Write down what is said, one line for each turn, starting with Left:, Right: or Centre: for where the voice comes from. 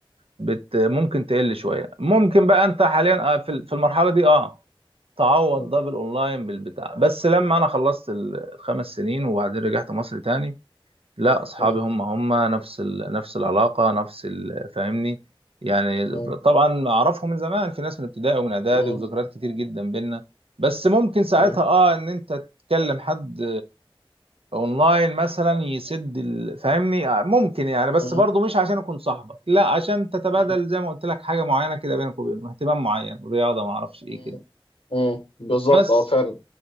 Right: بت ممكن تقل شوية ممكن بقى انت حاليا اه، في ال- في المرحلة دي اه تعوض
Left: م-
Right: ده بالاونلاين بالبتاع بس لما انا خلصت ال- الخمس سنين وبعدين رجعت مصر تاني لا اصحابي
Left: م-
Right: هم هم نفس ال... نفس العلاقه نفس ال... فاهمني يعني
Left: مم.
Right: طبعا اعرفهم من زمان في ناس من ابتدائي ومن اعدادي
Left: مم.
Right: وذكريات كتير جدا بينا بس ممكن ساعتها
Left: مم.
Right: اه ان انت تكلم حد اونلاين مثلا يسد ال... فاهمني آه، ممكن يعني بس
Left: مم.
Right: برضه مش عشان اكون صاحبك لا عشان تتبادل
Left: مم.
Right: زي ما قلت لك حاجه معينه كده بينك وبينه اهتمام معين رياضه ما اعرفش ايه
Left: مم.
Right: كده
Left: مم. بالظبط
Right: بس
Left: اه فعلا